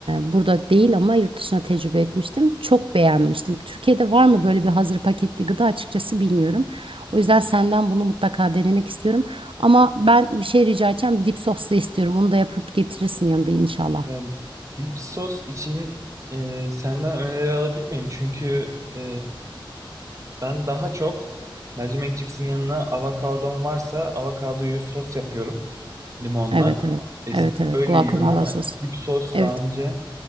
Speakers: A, on the right; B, on the right.
A: e, burada değil ama yurt dışına tecrübe etmiştim. Çok beğenmiştim. Türkiye'de var mı böyle bir hazır paketli gıda açıkçası bilmiyorum. O yüzden senden bunu mutlaka denemek istiyorum. Ama ben bir şey rica edeceğim. Dip soslu istiyorum. Onu da yapıp getirirsin yanında inşallah.
B: Yani dip sos için e, senden öneri alabilir miyim? Çünkü e, ben daha çok mercimek cipsin yanına avokadom varsa avokadoyu sos yapıyorum limonla.
A: Evet evet.
B: Ezip
A: Evet evet.
B: öyle
A: Guacamole
B: yiyorum ama
A: sos.
B: dip sos
A: Evet.
B: daha önce